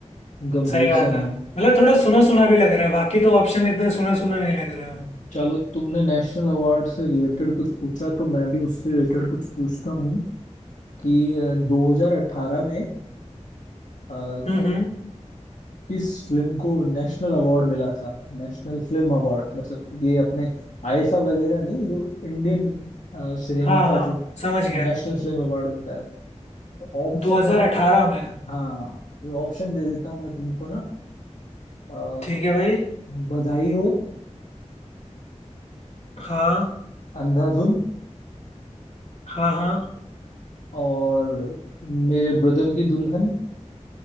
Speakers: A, on the left (about 85°); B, on the left (about 65°).
A: गंभीर
B: सही बात
A: सा नाम
B: है मतलब थोड़ा सुना सुना भी लग रहा है बाकी तो ऑप्शन इतने सुना सुना नहीं लग रहे हैं
A: चलो तुमने नेशनल अवार्ड से रिलेटेड कुछ पूछा तो मैं भी उससे रिलेटेड कुछ पूछता हूँ कि अ, 2018 में अ,
B: हम्म हम्म
A: किस फिल्म को नेशनल अवार्ड मिला था नेशनल फिल्म अवार्ड मतलब ये अपने आईफा वगैरह नहीं जो इंडियन अ, सिनेमा
B: हाँ हाँ
A: का जो
B: समझ गया
A: नेशनल फिल्म अवार्ड होता है तो ऑप्शन
B: 2018
A: में तो,
B: में
A: हाँ ऑप्शन दे देता हूँ मैं तुमको ना अ,
B: ठीक है भाई
A: बधाई हो
B: हाँ
A: अंधाधुन
B: हाँ हाँ
A: और मेरे ब्रदर की दुल्हन